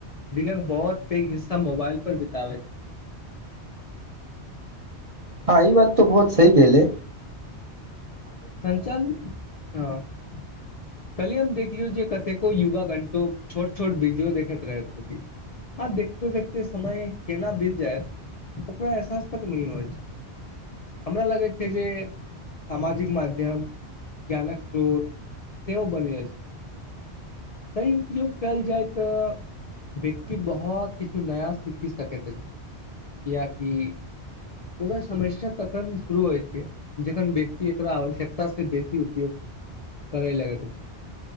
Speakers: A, on the left; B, on the right.
A: दिनक बहुत पैघ हिस्सा मोबाइल पर बिताबैइ छथि
B: हां ई बात त बहुत सही कहलि
A: सञ्चार हँ <unintelligible> कल्हिए हम देखलियौ जे कतेको युवा घण्टों छोट छोट वीडियो देखैत रहैत छथिन आब देखते देखते समय केना बीत जायत ओकरा एहसास तक नई होइछ हमरा लगैई छैइ जे सामाजिक माध्यम ज्ञानक स्रोत सेहो बनि रहिएछै सही उपयोग कयल जाय तऽ व्यक्ति बहुत किछु नया सीखी सकैत अछि कियाकि कोनो समस्या तखन शुरू होइत छैइ जखन व्यक्ति एक आवश्यकता से बेसी उपयोग करैई लगैत अछि